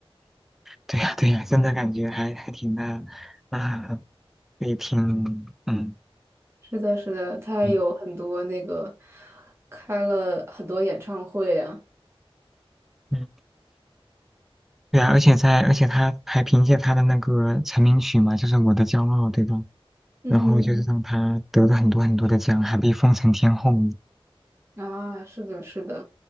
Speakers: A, in the centre; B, on the right.
A: 对呀对呀，真的感觉还还挺那啊，也挺嗯
B: 是的，是的，他也有很多那个
A: 嗯
B: 开了很多演唱会啊。
A: 嗯，对啊，而且在而且他还凭借他的那个成名曲嘛，就是《我的骄傲》，对吧？
B: 嗯。
A: 然后就是让他得了很多很多的奖，还被封成天后。
B: 啊，是的，是的，